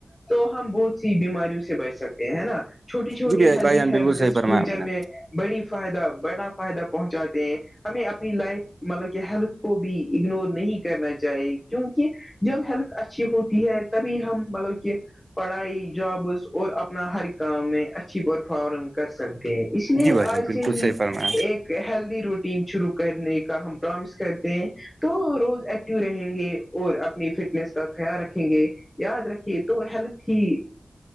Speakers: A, on the left; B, on the right.
A: تو ہم بہت سی بیماریوں سے بچ سکتے ہیں ہے نا چھوٹی چھوٹی
B: جی بھائی
A: ہیلدی
B: بھائی جان
A: ہیبٹس
B: بالکل صحیح فرمایا
A: فیوچر
B: آپ نے
A: میں بڑی فائدہ بڑا فائدہ پہنچاتے ہیں ہمیں اپنی لائف مطلب کہ ہیلتھ کو بھی اگنور نہیں کرنا چاہیے کیونکہ جب ہیلتھ اچھی ہوتی ہے تبھی ہم مطلب کہ پڑھائی جابس اور اپنا ہر کام میں اچھی پرفارم کر سکتے ہیں اس لیے
B: جی بھائی
A: آج
B: جان بالکل
A: سے ہی
B: صحیح فرمایا
A: ایک ہیلدی روٹین شروع کرنے کا ہم پرومس کرتے ہیں تو روز ایکٹیو رہیں گے اور اپنی فٹنیس کا خیال رکھیں گے یاد رکھیے تو ہیلتھ ہی